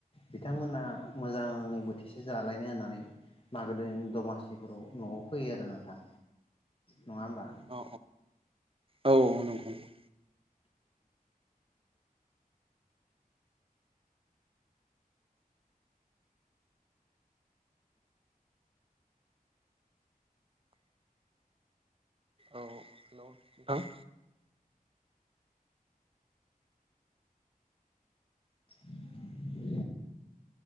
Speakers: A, on the left; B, on the right.
A: बिथांमोना मोजाङै बोथिसे जालायनो होननानै मागो दमासि बेफोराव न'आव फैयो आरो नोंथां नङा होनबा
B: औ औ नंगौ नंगौ औ हेल'
A: <inaudible>